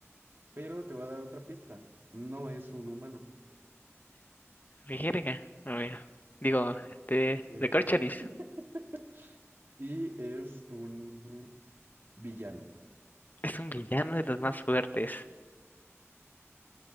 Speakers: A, on the right; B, on the left.
A: pero te voy a dar otra pista. No es un humano.
B: Verga, a ver. Digo, este,
A: Es-
B: Recorcholis
A: <laughs> y es un villano.
B: es un villano de los más fuertes.